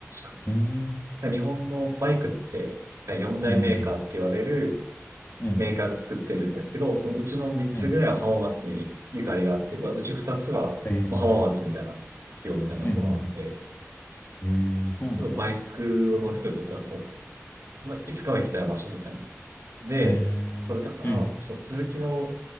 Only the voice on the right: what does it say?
確
か。日本のバイクって、4大メーカーって言われる
メーカーが作ってるんですけど、そのうちの3つぐらいは浜松にゆかりがあって、
うち2つはもう浜松みたいな企業みたいなところなので、
ちょっとバイクを乗る人にとってはこう、まあ、いつかは行きたい場所みたいな。で、
それだから、
そう、鈴木の